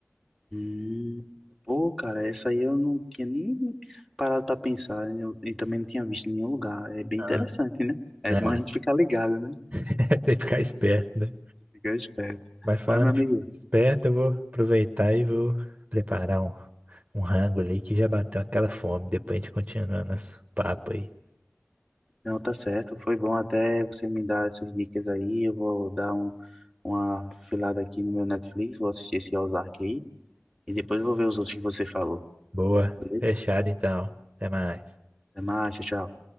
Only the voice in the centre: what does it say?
Hum, pô, cara, essa aí eu não tinha nem parado para pensar eu- e também não tinha visto em nenhum lugar. É bem
interessante, né? É
bom a gente ficar ligado, né?
Fica esperto.
Mas, meu amigo,
não tá certo. Foi bom até você me dar essas dicas aí. Eu vou dar um, uma filada aqui no meu Netflix, vou assistir esse Ozark aí. E depois eu vou ver os outros que você falou.
Beleza?
Até mais, tchau, tchau.